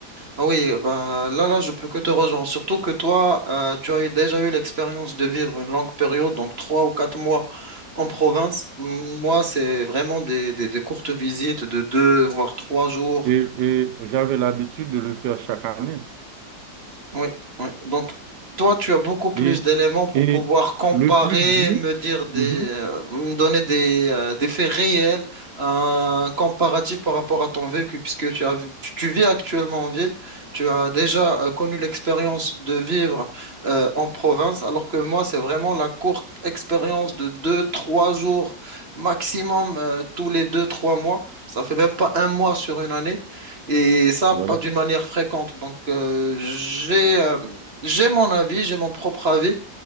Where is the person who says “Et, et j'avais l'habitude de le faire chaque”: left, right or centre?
Right